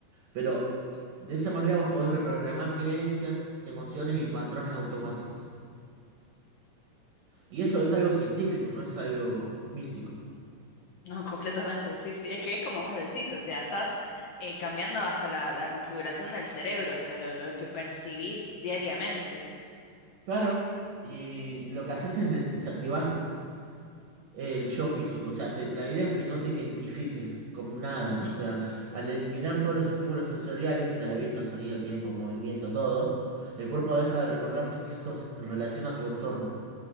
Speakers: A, on the right; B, on the left.
A: Pero de esa manera vos podés reprogramar creencias, emociones y patrones automáticos. Y eso es algo científico, no es algo místico.
B: No, <laughs> completamente, sí, sí. Es que es como vos decís, o sea, estás eh, cambiando hasta la, la configuración del cerebro, o sea, lo, lo que percibís diariamente.
A: Claro, y lo que haces es de- desactivás el yo físico, o sea, te- la idea es que no te identifiques con nada,
B: Ujú,
A: o sea, al eliminar todos los estímulos sensoriales, o sea, la vista, sonido, tiempo, movimiento, todo, el cuerpo deja de recordarte quién sos en relación a tu entorno.